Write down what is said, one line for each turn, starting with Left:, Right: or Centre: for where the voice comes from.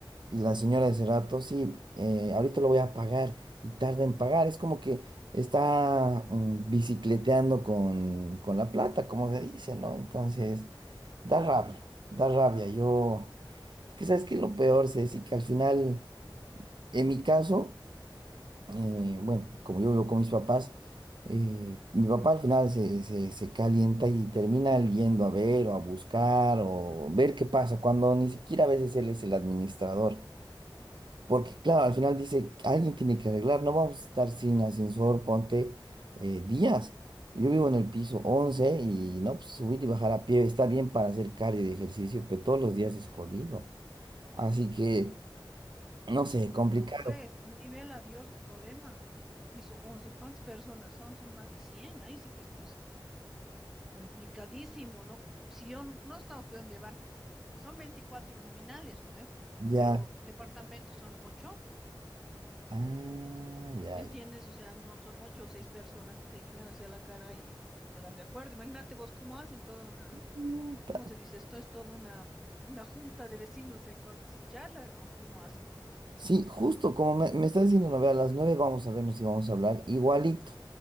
Right: Y la señora de ese rato, sí, eh, ahorita lo voy a pagar y tarda en pagar. Es como que está mm, bicicleteando con, con la plata, como se dice, ¿no? Entonces, da rabia, da rabia. Yo, es que sabes que lo peor, Ceci, que al final, en mi caso, eh, bueno, como yo vivo con mis papás, eh, mi papá al final se, se, se calienta y termina yendo a ver o a buscar o ver qué pasa, cuando ni siquiera a veces él es el administrador. Porque, claro, al final dice, alguien tiene que arreglar, no vamos a estar sin ascensor, ponte eh, días. Yo vivo en el piso 11 y no, pues subir y bajar a pie está bien para hacer cardio y ejercicio, pero todos los días es jodido. Así que, no sé, complicado.
Centre: No, pues, nivel adiós tu problema. Piso 11, ¿cuántas personas son? Son más de cien, Ahí sí que es, pues, complicadísimo, ¿no? Si yo n- no estamos pudiendo llevar, son 24 nominales, ¿no ve?
Right: Ya,
Centre: Pero departamentos son 8,
Right: ah, ya,
Centre: ¿me entiendes?
Right: ya.
Centre: O sea, no son ocho o 6 personas que tienen que mirarse a la cara y quedar de acuerdo. Imagínate vos cómo hacen toda una,
Right: Puta.
Centre: ¿cómo se dice? Esto es toda una, una junta de vecinos ahí cuando se charlan, ¿no? ¿Cómo hacen?
Right: Sí, justo como me, me estás diciendo, no, ve, a las 9 vamos a vernos y vamos a hablar igualito,